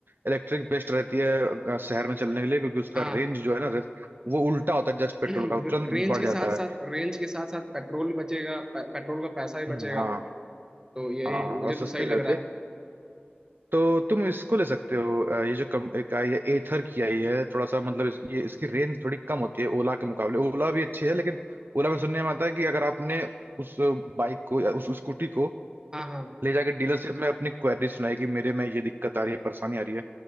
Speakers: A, on the right (about 60°); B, on the right (about 15°).
A: इलेक्ट्रिक बेस्ट रहती है अ, शहर में चलने के लिए क्योंकि उसका
B: हाँ
A: रेंज जो है ना रेस- वो उल्टा होता है जस्ट
B: <clears throat>
A: पेट्रोल
B: रेंज
A: का तुरंत बढ़
B: के
A: जाता
B: साथ
A: है
B: साथ रेंज के साथ साथ पेट्रोल भी बचेगा पे, पेट्रोल का पैसा भी बचेगा
A: हाँ
B: तो यही
A: हाँ
B: मुझे
A: और सस्ते
B: तो सही लग
A: भी रहती
B: रहा
A: है
B: है
A: तो तुम इसको ले सकते हो अ, ये जो कम एक आई है एथर की आई है थोड़ा सा मतलब इस, ये इसकी रेंज थोड़ी कम होती है ओला के मुकाबले ओला भी अच्छी है लेकिन ओला में सुनने में आता है कि अगर आपने उस बाइक को या उस स्कूटी को
B: हाँ हाँ
A: ले जाकर डीलरशिप में अपनी क्वेरी सुनाई कि मेरे में ये दिक्कत आ रही है परेशानी आ रही है